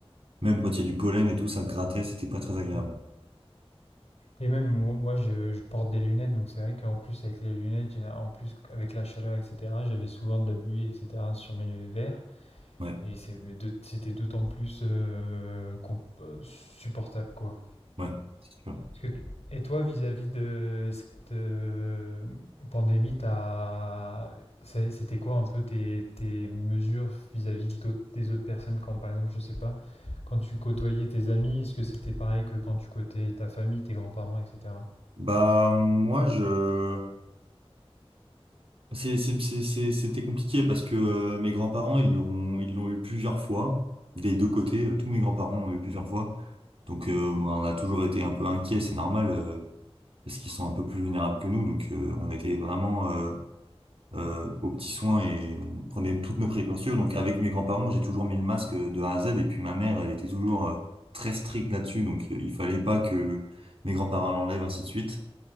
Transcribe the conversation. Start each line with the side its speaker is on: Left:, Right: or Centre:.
Right: même quand il y a du pollen et tout, ça grattait, c'était pas très agréable.
Left: Hmm. et même moi, moi, je, je porte des lunettes, donc c'est vrai qu'en plus avec les lunettes, général- en plus avec la chaleur, etc., j'avais souvent de la buée, etc., sur mes verres.
Right: Ouais.
Left: Et c'est de c'était d'autant plus, heu, com heu, supportable, quoi.
Right: Ouais, c'est sûr.
Left: Parce que et toi, vis-à-vis de cette, heu, pandémie, t'as as c'était quoi un peu tes tes mesures vis-à-vis d'autres des autres personnes quand, par exemple, je sais pas, quand tu côtoyais tes amis, est-ce que c'était pareil que quand tu côtoyais ta famille, tes grands-parents et cetera?
Right: Bah, moi, je. c'est- c'est- c'est- c'est- C'était compliqué parce que euh, mes grands-parents, ils l'ont ils l'ont eu plusieurs fois, des deux côtés. euh, Tous mes grands-parents ont eu plusieurs fois. Donc, euh, on en a toujours été un peu inquiets, c'est normal, euh, parce qu'ils sont un peu plus vulnérables que nous. Donc, euh, on était vraiment euh, euh, aux petits soins et on prenait toutes nos précautions. Donc, avec mes grands-parents, j'ai toujours mis le masque euh, de A à Z. Et puis, ma mère, elle était toujours euh, très stricte là-dessus. Donc, euh, il fallait pas que mes grands-parents l'enlèvent, ainsi de suite.